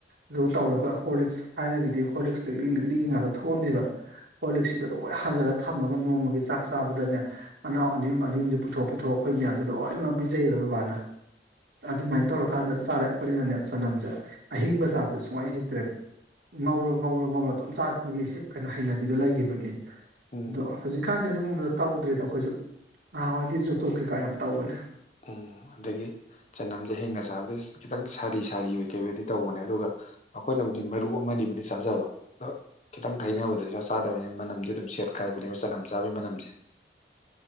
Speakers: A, on the right (about 75°); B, on the left (about 40°).
A: ꯑꯗꯨꯒ ꯇꯧꯔꯒ ꯍꯣꯔꯂꯤꯛꯁ ꯊꯥꯏꯅꯒꯤꯗꯤ ꯍꯣꯔꯂꯤꯛꯁ ꯂꯤꯛꯂꯤ ꯂꯤꯛꯂꯤꯒꯤ ꯉꯥꯛꯇ ꯊꯣꯛꯑꯝꯃꯦꯕ ꯍꯣꯂꯤꯛꯁꯤꯗ ꯂꯣꯏ ꯍꯥꯟꯖꯜꯂꯒ ꯊꯝꯃꯒ ꯅꯣꯡꯃꯒꯤ ꯆꯥꯛ ꯆꯥꯕꯗꯅꯦ ꯃꯅꯥꯎ ꯑꯅꯤꯌꯨꯝ ꯑꯅꯤꯨꯝꯁꯦ ꯄꯨꯊꯣꯛ ꯄꯨꯊꯣꯛꯑ ꯑꯩꯈꯣꯏ ꯃꯌꯥꯝꯁꯦ ꯂꯣꯏꯅꯃꯛ ꯄꯤꯖꯩꯌꯦꯕ ꯕꯕꯥꯅ ꯑꯗꯨꯃꯥꯏꯅ ꯇꯧꯔꯀꯥꯟꯗ ꯆꯥꯔꯛꯄꯅꯤꯅꯅꯦ ꯆꯅꯝꯁꯦ ꯑꯍꯤꯡꯕ ꯆꯥꯕꯗ ꯁꯨꯃꯥꯏꯅ ꯍꯩꯇ꯭ꯔꯦꯕ ꯉꯧꯔ ꯉꯧꯔ ꯉꯧꯔ ꯑꯗꯨꯝ ꯆꯥꯔꯛꯄꯒꯤ ꯍꯦ ꯀꯩꯅꯣ ꯍꯩꯅꯕꯤꯗ ꯂꯩꯒꯤꯕꯒꯤ
B: ꯎꯝ
A: ꯑꯗꯣ ꯍꯧꯖꯤꯛꯀꯥꯟꯗꯤ ꯑꯗꯨꯒꯨꯝꯕꯗꯣ ꯇꯧꯗ꯭ꯔꯦꯗ ꯑꯩꯈꯣꯏꯁꯨ ꯉꯍꯥꯋꯥꯏꯗꯤ ꯖꯨꯇꯣꯟ ꯀꯩꯀꯥ ꯌꯥꯝ ꯇꯧꯕꯅꯦ
B: ꯎꯨꯝ ꯑꯗꯒꯤ ꯆꯅꯝꯁꯦ ꯍꯦꯡꯅ ꯆꯥꯕꯗꯤ ꯈꯤꯇꯪ ꯁꯥꯔꯤ ꯁꯥꯔꯤ ꯑꯣꯏ ꯀꯩꯋꯣꯏꯗꯤ ꯇꯧꯕꯅꯦ ꯑꯗꯨꯒ ꯑꯩꯈꯣꯏꯅꯕꯨ ꯃꯔꯨ ꯑꯃꯅꯤꯅꯤꯕꯨꯗꯤ ꯆꯥꯖꯕ ꯑ ꯈꯤꯇꯪ ꯊꯩꯅꯅꯕꯗꯗꯤ ꯏꯁꯥ ꯆꯥꯗꯕꯅꯤꯅ ꯃꯅꯝꯁ ꯑꯗꯨꯝ ꯁꯦꯠꯀꯥꯏꯕꯅꯦꯕ ꯆꯅꯝ ꯆꯥꯕꯒꯤ ꯃꯅꯝꯁꯦ